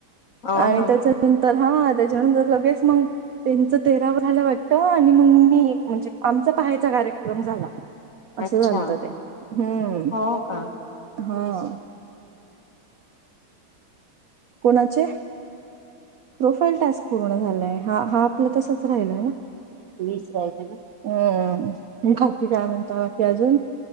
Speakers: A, on the left (about 45°); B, on the right (about 65°).
A: हो
B: आणि
A: ना
B: त्याच्यानंतर हा त्याच्यानंतर लगेच मग त्यांचं तेरवा झालं वाटतं आणि मंग मी म्हणजे आमचा पहायचा कार्यक्रम झाला. असं
A: अच्छा
B: झालत हम्म
A: हो का
B: हा. कोणाचे प्रोफाईल टास्क पूर्ण झालाय हा हा आपला तसच राहिलाय ना. हम्म बाकी काय म्हणता ते अजून?